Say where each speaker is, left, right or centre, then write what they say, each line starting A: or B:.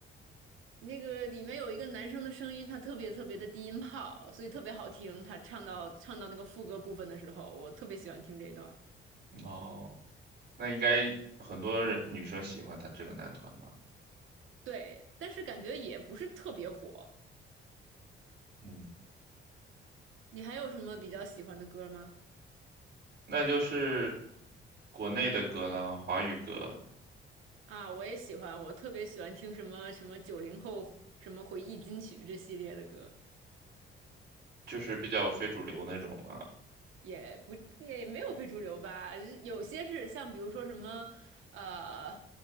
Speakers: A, on the right; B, on the right.
A: 那个里面有一个男生的声音，他特别特别的低音炮，所以特别好听。他唱到唱到那个副歌部分的时候，我特别喜欢听这一段
B: 哦，那应该很多人女生喜欢他这个男团吧？
A: 对，但是感觉也不是特别火。
B: 嗯，
A: 你还有什么比较喜欢的歌吗？
B: 那就是国内的歌了，华语歌，
A: 啊，我也喜欢，我特别喜欢听什么什么九零后什么回忆金曲这系列的歌，
B: 就是比较非主流那种嘛。
A: 也不也没有非主流吧，有些是像比如说什么，呃，